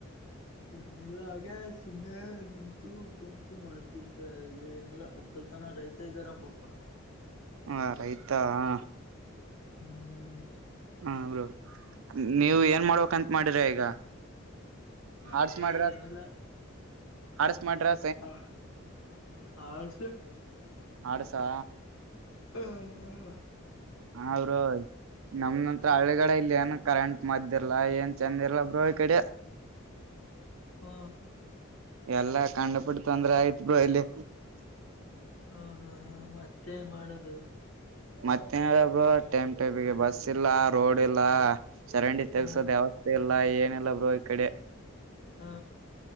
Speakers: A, on the left; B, on the right.
A: ಏನಿಲ್ಲ ಹಾಗೆ ಸುಮ್ಮನೆ ನಿಂತು ಕುಂತು ಮಾಡ್ತಿದ್ದ ಈಗ ಏನಿಲ್ಲ. ಕುಲ್ತಾನ ರೈತ ಇದ್ದಾರ ಪಪ್ಪ.
B: ಹಾ ರೈತಾ. ಆ
A: ಹ್ಮ್.
B: ಆ ಬ್ರೋ ನೀವ ಏನ್ ಮಾಡ್ಬೇಕಂತ ಮಾಡೀರ ಈಗ.
A: ನಾವು
B: ಆರ್ಟ್ಸ್ ಮಡ್ರ
A: ಏನಿಲ್ಲ
B: ಆರ್ಟ್ಸ್ ಮಡ್ರಾ
A: ಹ ಆರ್ಟ್ಸ್.
B: ಆರ್ಟ್ಸ್ ಹ.
A: ಹ್ಮ.
B: ಅ ಬ್ರೋ ನಮ್ದಂತ್ರ ಹಳಗಾಡ ಇಲ್ಲ ಏನು ಕರೆಂಟ್ ಮದ್ದಿಲ್ಲಾ ಏನ್ ಚಂದ ಇಲ್ಲ ಬ್ರೋ ಈ ಕಡೆ.
A: ಹ
B: ಎಲ್ಲಾ ಕಂಡ ಪುಟ್ಟ ತೊಂದ್ರೆ ಆಯ್ತ್ ಬ್ರೋ ಇಲ್ಲಿ.
A: ಹಾ ಹಾ ಹಾ ಮತ್ತೇನ್ ಮಾಡುದು.
B: ಮತ್ತೇನ್ ಏನ್ ಹೇಳೋದು ಬ್ರೋ ಟೈಮ್ ಟೈಮಿಗೆ ಬಸ್ ಇಲ್ಲಾ ರೋಡ್ ಇಲ್ಲ ಚರಂಡಿ ತೆಗಸೋದ
A: ಹ್ಮ್
B: ಯಾವ್ ಎಲ್ಲಾ ಏನಿಲ್ಲ ಬ್ರೋ ಈ ಕಡೆ.
A: ಹಾ